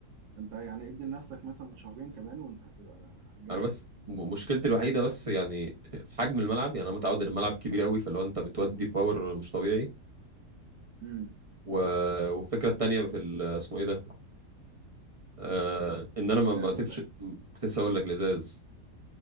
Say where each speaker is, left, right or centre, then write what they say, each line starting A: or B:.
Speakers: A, on the right; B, on the right.
A: انت يعني ادي لنفسك مثلا شهرين كمان وانت هتبقى جاحد
B: انا بس
A: يعني
B: م- مشكلتي الوحيده بس يعني في حجم الملعب يعني انا متعود ان الملعب كبير قوي فاللي هو انت بتودي باور مش طبيعي
A: امم
B: و... والفكره التانيه في ال... اسمه ايه ده آه ان انا ما بسيبش
A: جاهز ولا ايه؟
B: كنت لسه اقول لك الازاز